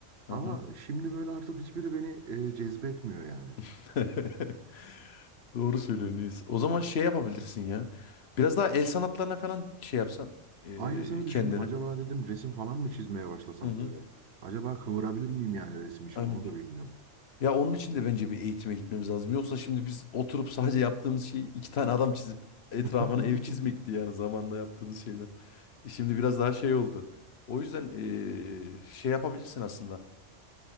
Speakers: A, on the left; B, on the right.
A: aha.
B: Ama şimdi böyle artık hiçbiri beni e, cezbetmiyor yani.
A: <laughs> Doğru söylüyorsun Reis. O zaman şey yapabilirsin ya. Biraz daha el sanatlarına falan şey yapsan eee,
B: Aynısını düşündüm.
A: kendini.
B: Acaba dedim resim falan mı çizmeye başlasam
A: Hı hı.
B: böyle? Acaba kıvırabilir miyim yani resim için
A: Aynen.
B: onu da bilmiyorum.
A: Ya onun için de bence bir eğitime gitmemiz lazım. Yoksa şimdi biz oturup sadece yaptığımız şey iki tane adam çizip etrafına
B: <laughs>
A: ev çizmekti yani zamanla yaptığımız şeyler. E Şimdi biraz daha şey oldu. O yüzden eee, şey yapabilirsin aslında.